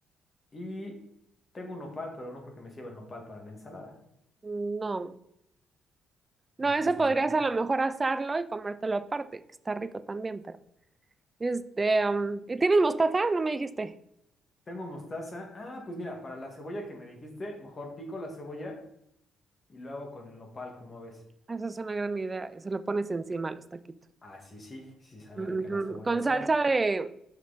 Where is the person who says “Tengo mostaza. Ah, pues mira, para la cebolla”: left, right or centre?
Left